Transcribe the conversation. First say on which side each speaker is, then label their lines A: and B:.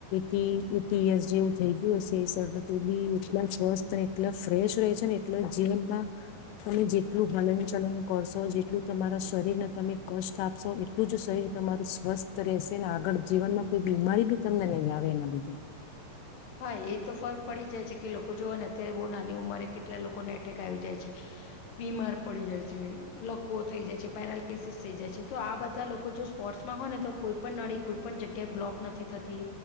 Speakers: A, on the left (about 85°); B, on the left (about 70°).
A: જેવું થઈ ગયું હશે સર તો બી એટલા વસ્તને એટલા ફ્રેશ ર છે ને એટલે જેલમાં તમે જેટલું હલન ચલન કરશો જેટલું તમારા શરીરને તમે કષ્ટ આપશો એટલું જ શરીર તમારું સ્વસ્થ રહેશે ને આગળ જીવનમાં કોઈ બીમારી બી તમને નહીં આવે એના લીધે.
B: હા એ તો ફર્ક પડી જાય છે કે લોકો જો હોય ને અત્યારે બહુ નાની ઉંમરે કેટલા લોકોને એટેક આવી જાય છે બીમાર પડી જાય છે, લકવો એક થઈ જાય છે પેરાલાિસિસ થઈ જાય છે તો આ બધા લોકો જો સ્પોર્ટ્સમાં હોય ને તો કોઈ પણ નળી કોઈ પણ જગ્યાએ બ્લોક નથી થતી